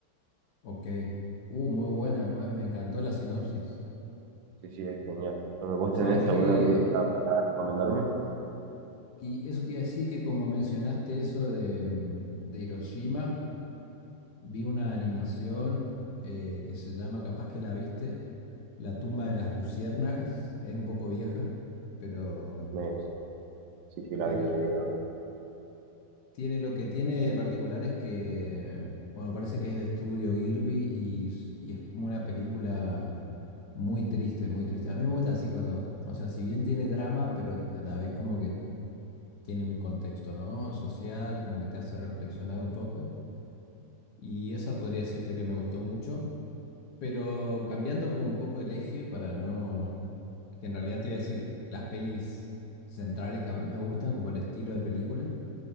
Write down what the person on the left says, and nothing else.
Ok. Uh, muy buena, bu- me encantó la sinopsis.
¿Sabes
qué?
Y eso te iba a decir que como mencionaste eso de, mm, de Hiroshima, vi una animación eh, que se llama, capaz que la viste, La tumba de las luciérnagas. Es un poco vieja, pero,
pero
Tiene, lo que tiene de particular es que, bueno, parece que es de estudio Gilby y, s- y es como una película muy triste, muy triste. A mí me gusta así cuando, o sea, si bien tiene drama, pero a la vez como que tiene un contexto, ¿no? Social, como que te hace reflexionar un poco. Y esa podría decirte que me gustó mucho, pero cambiando como un poco el eje para no, que en realidad te voy a decir las pelis centrales que a mí me gustan, como el estilo de película